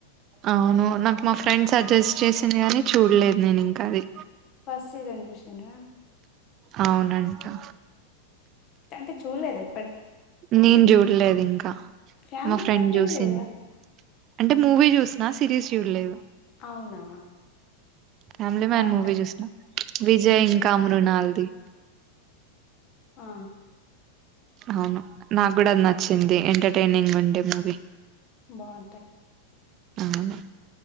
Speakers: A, on the right; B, on the left.
A: అవును నాకు మా ఫ్రెండ్ సజెస్ట్ చేసింది కాని చూడలేదు నేను ఇంకా అది.
B: ఫస్ట్ సీజన్ చూశింర్రా.
A: అవునంటా.
B: అంటే చూడలేదా ఇప్పటికి
A: నేను చూడలేదు ఇం
B: ఫ్యామిలీ
A: మా ఫ్రెండ్
B: మ్యాన్ చూడలేదా
A: జూసిది అంటే మూవీ చూసిన సిరీస్ చూడలేదు
B: అవునా
A: ఫ్యామిలీ మ్యాన్
B: బాగుంటది
A: మూవీ చూసిన విజయ్
B: ఉమ్.
A: ఇంకా మృనాల్
B: ఆ
A: అవును నాకు కూడా అది నచ్చింది ఎంటర్టైనింగ్ ఉండే మూవీ
B: బాగుంటాయి
A: అవును